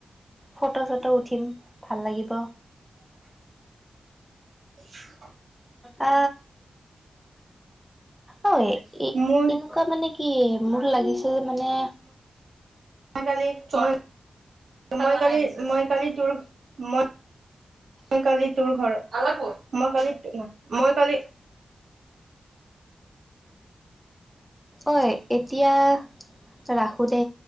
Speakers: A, in the centre; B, on the right.
A: কত ফটো চটো উঠিম ভাল লাগিব।
B: <inaudible>
A: আ হয় এ
B: মোৰ
A: এনেকুৱা মানে কি মোৰ লাগিছে মানে
B: মই কালি জয় তামালে কালি মই কালি তোৰ মই মই কালি তোৰ ঘৰ ভালা কোত মই কালি মই কালি <inaudible>
A: ঐ এতিয়া ৰা হো দে